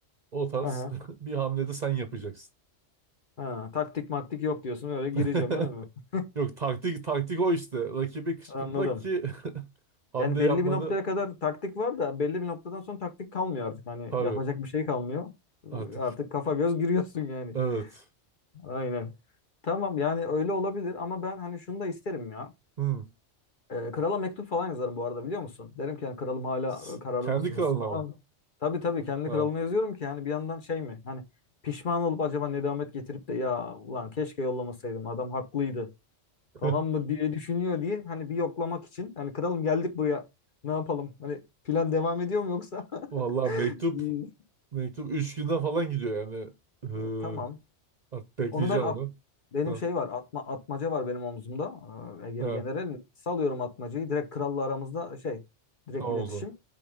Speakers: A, on the right (about 45°); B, on the left (about 45°).
A: O tarz
B: Hı hı.
A: <laughs> bir hamlede sen yapacaksın.
B: Ha. Taktik maktik yok diyorsun. Öyle gireceğim
A: <laughs>
B: öyle mi? <laughs>
A: Yok taktik taktik o işte. Rakibi kışkırtmak
B: Anladım.
A: ki <laughs> hamle
B: Yani belli
A: yapmanı
B: bir noktaya kadar taktik var da belli bir noktadan sonra taktik kalmıyor artık. Hani
A: tabii
B: yapacak bir şey kalmıyor. Ee,
A: artık
B: Artık kafa göz giriyorsun yani.
A: evet.
B: Aynen. Tamam yani öyle olabilir ama ben hani şunu da isterim ya.
A: Hı.
B: Ee, krala mektup falan yazarım bu arada biliyor musun? Derim ki yani kralım hala
A: S-
B: e, kararlı
A: Kendi
B: mısınız
A: kralına
B: falan.
A: mı?
B: Tabii tabii kendi
A: Ha.
B: kralıma yazıyorum ki hani bir yandan şey mi? Hani pişman olup acaba nedamet getirip de ya ulan keşke yollamasaydım adam haklıydı
A: <laughs>
B: falan mı diye düşünüyor diye hani bir yoklamak için. Hani kralım geldik buraya ne yapalım? Hani plan devam ediyor mu yoksa?
A: Vallahi
B: <laughs>
A: mektup
B: İyi.
A: mektup 3 günde falan gidiyor yani. Ee,
B: Ee, tamam.
A: artık bekleyeceğim
B: Onu ben at,
A: onu.
B: benim
A: Ha.
B: şey var atma, atmaca var benim omzumda Ee, Egeli
A: Ha.
B: General. Salıyorum atmacayı direkt kralla aramızda şey direkt
A: Tamam
B: iletişim.
A: o zaman.